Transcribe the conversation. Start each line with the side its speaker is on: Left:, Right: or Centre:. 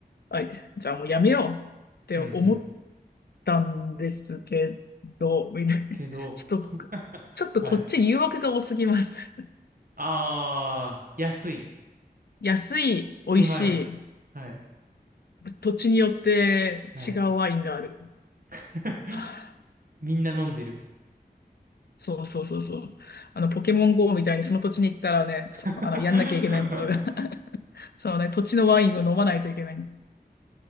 Left: あ、じゃあもうやめよう。って思っ
Right: うんう
Left: たんですけど、みたいな。
Right: ん。けど、
Left: ちょっと、
Right: <laughs>
Left: ちょっとこっち誘惑が多すぎます。
Right: はい。
Left: <laughs>
Right: ああ、安い。
Left: 安い、美味しい、
Right: うまい。はい。
Left: 土地によって違うワインがある。
Right: はい。<laughs>
Left: はあ
Right: みんな飲んでる。
Left: そうそうそうそう。あの、ポケモン GO みたいにその土地に行ったらね、そあの、
Right: <laughs>
Left: やんなきゃいけないことが <laughs> そのね、土地のワインを飲まないといけない。